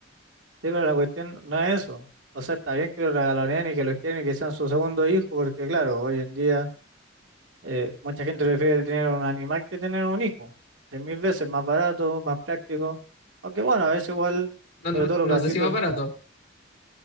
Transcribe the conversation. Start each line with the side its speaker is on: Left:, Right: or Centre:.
Right: Sí, pero la cuestión no es eso. O sea, está bien que lo regaloneen y que lo quieran y que sean su segundo hijo, porque claro, hoy en día eh, mucha gente prefiere tener un animal que tener un hijo. Es mil veces más barato, más práctico. Aunque bueno, a veces igual,
Left: No,
Right: sobre
Left: no,
Right: todo los gatitos,
Left: no sé si más barato.